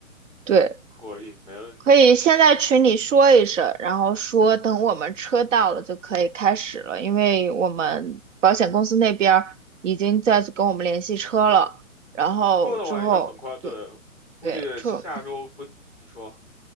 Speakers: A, on the right (about 60°); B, in the centre.
A: 对，
B: 可以，没问题。
A: 可以先在群里说一声，然后说等我们车到了就可以开始了，因为我们保险公司那边儿已经在跟我们联系车了，
B: 嗯，
A: 然后之后对
B: 车的话应该很快，对，估计下周不，
A: 对，车
B: 你说，